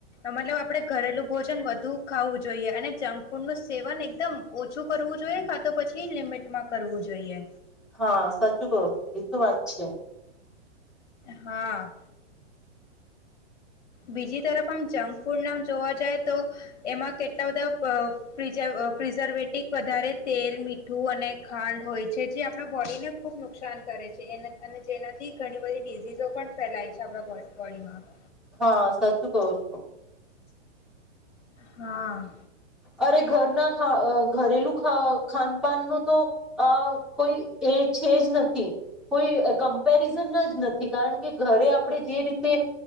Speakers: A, on the left; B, in the centre.
A: મતલબ આપણે ઘરેલું ભોજન વધુ ખાવું જોઈએ અને જંક ફૂડનું સેવન એકદમ ઓછું કરવું જોઈએ કા તો પછી લિમિટમાં કરવું જોઇએ.
B: હા સાચું કહો છો એ તો વાત છે.
A: હા. બીજી તરફ આમ જંક ફૂડ નામ જોવા જાય તો એમાં કેટલા બધા પ્રિઝર્વેટિવ વધારે તેલ, મીઠું અને ખાંડ હોય છે. જે આપણા બોડીને ખુબ નુકસાન કરે છે અને જેનાથી ઘણી બધી ડીઝઝો પણ ફેલાય છે આપ બોડીમાં.
B: હા સાચું કવો છો.
A: હા.
B: અરે ઘરના ખા ઘરેલું ખાનપાન ન તો અ કોઈ એ છે જ નથી. કોઈ કમ્પેરિઝન જ નથી કારણ કે ઘરે આપણે જે રીતે